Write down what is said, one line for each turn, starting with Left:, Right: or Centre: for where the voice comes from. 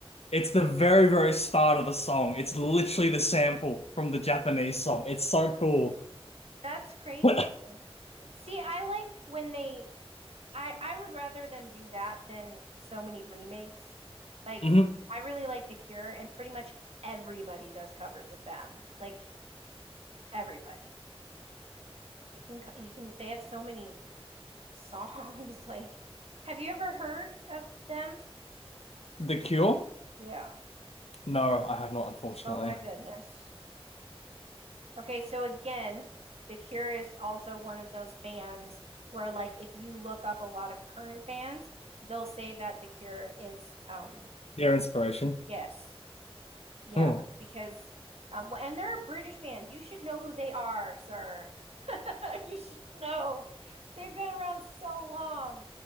Left: It's the very, very start of the song. It's literally the sample from the Japanese song. It's so cool.
Right: that's crazy.
Left: What?
Right: See, I like when they I I would rather them do that than so many remakes. Like
Left: hmm
Right: I really like The Cure and pretty much everybody does covers of them. Like everybody. You can co- you can they have so many songs. <laughs> Like, have you ever heard of them?
Left: The Cure?
Right: Yeah.
Left: No, I have not, unfortunately.
Right: Oh my goodness. Okay, so again, The Cure is also one of those bands where, like, if you look up a lot of current bands, they'll say that The Cure is, um,
Left: Their inspiration?
Right: yes, yeah,
Left: Hmm.
Right: because, um, wh- and they're a British band. You should know who they are, sir. <laughs> You should know. They've been around so long,